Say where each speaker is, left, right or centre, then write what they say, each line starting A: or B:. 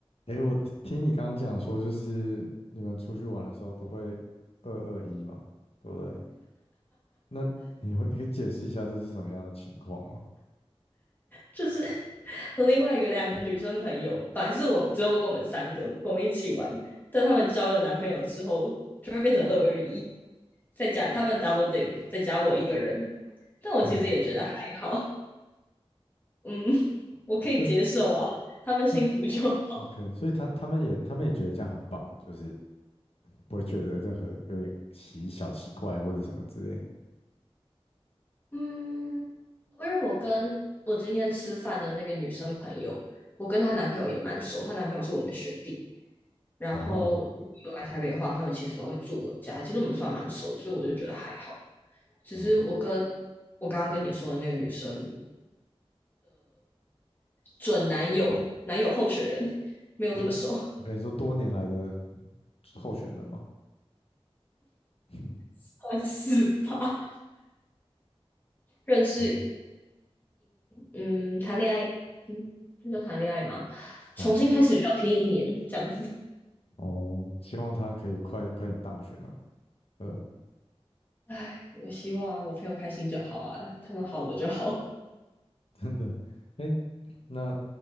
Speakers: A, on the left (about 70°); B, on the left (about 20°).
A: 诶，我听听你刚刚讲说，就是你们出去玩的时候都会二二一嘛，对不对？那你会，你可以解释一下这是什么样的情况吗？
B: 就是我另外一个两个女生朋友，本来是我们只有我们三个，我们一起玩，但他们交了男朋友之后，就会变成二二一，再加他们 double date，再加我一个人。但我其实也觉得还好，
A: 嗯，
B: 嗯，我可以接受啊，
A: 那
B: 他们幸福就好。
A: 那
B: <laughs>
A: OK，所以他他们也他们也觉得这样很棒，就是不会觉得任何有点奇小奇怪或者什么之类。
B: 嗯，因为我跟我今天吃饭的那个女生朋友，我跟她男朋友也蛮熟，她男朋友是我们学弟，然后如果来台北的话，
A: 哦，
B: 他们其实都会住我家，其实我们算蛮熟，所以我就觉得还好。只是我跟
A: 嗯，
B: 我刚刚跟你说的那个女生准男友男友候选人没有这么熟，
A: 你说，我跟你说，多年来的候选人嘛，<laughs>
B: 算是吧？认识，
A: 哦，
B: 嗯，谈恋爱，嗯，那叫谈恋爱吗？
A: 嗯，
B: 重新开始聊天一年这样子。
A: 哦，希望他可以快快点当选啊，呃，
B: 唉，我希望啊，我朋友开心就好啊，他们好我就好，
A: 真的，哎，那